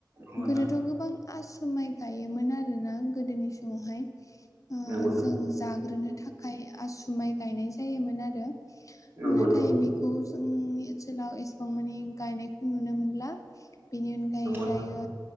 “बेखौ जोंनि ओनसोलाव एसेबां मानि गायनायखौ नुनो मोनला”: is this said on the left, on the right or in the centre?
Left